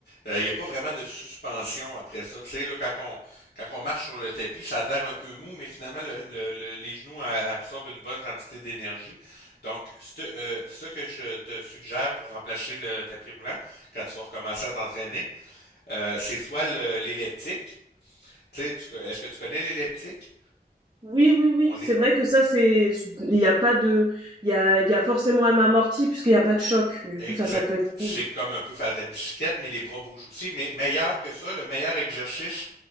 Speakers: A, on the left (about 80°); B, on the right (about 25°).
A: Euh, Il n'y a pas vraiment de suspension après ça. Tu sais, là, quand on, quand on marche sur le tapis, ça a l'air un peu mou, mais finalement, le, le- le- les genoux euh, absorbent une bonne quantité d'énergie. Donc, c'te- euh, ce que je te suggère pour remplacer le tapis roulant, quand tu vas recommencer à t'entraîner, euh, c'est soit le- l'elliptique. Tu sais, tu- est-ce que tu connais l'elliptique?
B: Oui, oui, oui,
A: On
B: c'est
A: est,
B: vrai que ça, c'est, il n'y a pas de, il y a, il y a forcément un amorti puisqu'il n'y a pas de choc. Du
A: Exact.
B: coup, ça, ça peut être
A: C'est
B: cool.
A: comme un peu faire de la bicyclette, mais les bras bougent aussi. Mais meilleur que ça, le meilleur exercice,